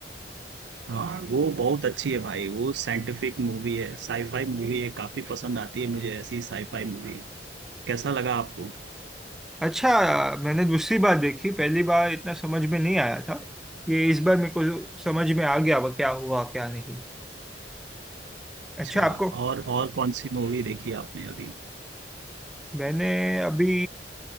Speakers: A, on the right; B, in the centre.
A: हाँ वो बहुत अच्छी है भाई वो साइंटिफिक मूवी है साईफाई मूवी है काफी पसंद आती है मुझे ऐसी साईफाई मूवी कैसा लगा आपको
B: अच्छा मैंने दूसरी बार देखी पहली बार इतना समझ में नहीं आया था ये इस बार मेरे को समझ में आ गया वो क्या हुआ क्या नहीं
A: अच्छा
B: अच्छा आपको
A: और और कौन सी मूवी देखी आपने अभी
B: मैंने अभी